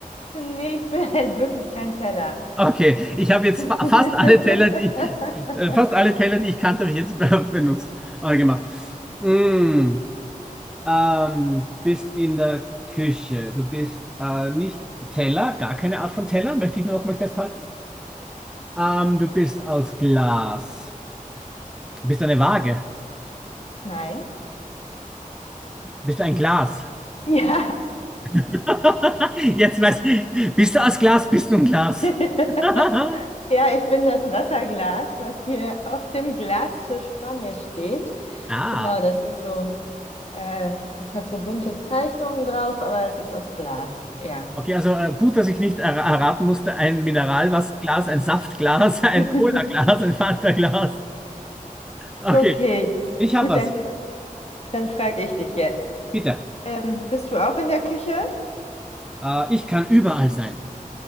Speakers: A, on the left (about 45°); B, in the centre.
A: Nee, ich bin halt wirklich kein Teller.
B: Okay, ich habe jetzt
A: <laughs>
B: fa fast alle Teller, die äh, fast alle Teller, die ich kannte, habe ich jetzt be- benutzt oder gemacht. Mm, ähm, bist in der Küche. Du bist äh, nicht Teller, gar keine Art von Teller, möchte ich nur noch mal festhalten. Ähm, du bist aus Glas. Bist du eine Waage?
A: Nein.
B: Bist du ein Glas?
A: Ja.
B: <laughs> Jetzt weiß bist du aus Glas, bist du ein Glas.
A: <laughs>
B: <laughs>
A: Ja, ich bin das Wasserglas, was hier auf dem Glastisch vor mir steht.
B: Ah,
A: Genau, das ist so, äh, das hat so bunte Zeichnungen drauf, aber es ist aus Glas, ja.
B: okay, also äh, gut, dass ich nicht er erraten musste, ein Mineralwasserglas, ein Saftglas, <laughs> ein
A: <laughs>
B: Cola-Glas, ein Fanta-Glas. Okay,
A: Okay,
B: ich habe
A: gut,
B: was.
A: dann, dann frage ich dich jetzt.
B: Bitte.
A: Ähm, bist du auch in der Küche?
B: Äh, ich kann überall sein.